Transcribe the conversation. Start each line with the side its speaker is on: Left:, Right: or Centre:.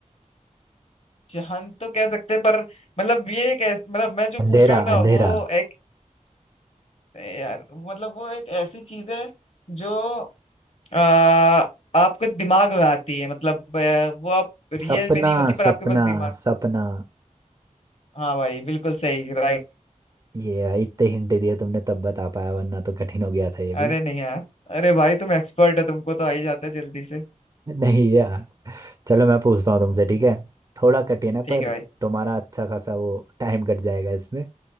Left: जहन तो कह सकते हैं, पर मतलब ये एक ऐस- मतलब मैं जो
Right: अंधेरा
Left: पूछ रहा हूँ ना
Right: अंधेरा
Left: वो एक यार मतलब वो एक ऐसी चीज है जो आ, आपके दिमाग में आती है मतलब आ, वो आप रियल
Right: सपना
Left: में नहीं होती पर
Right: सपना
Left: आपके पास दिमाग
Right: सपना
Left: हाँ भाई बिल्कुल सही राइट
Right: ये भाई इतने हिंट दिए तुमने तब बता पाया वरना तो कठिन हो गया था ये भी
Left: अरे नहीं यार अरे भाई तुम एक्सपर्ट हो तुमको तो आ ही जाता है जल्दी से
Right: नहीं यार चलो मैं पूछता हूँ तुमसे ठीक है थोड़ा कठिन है
Left: ठीक
Right: पर
Left: है भाई
Right: तुम्हारा अच्छा खासा वो टाइम कट जाएगा इसमें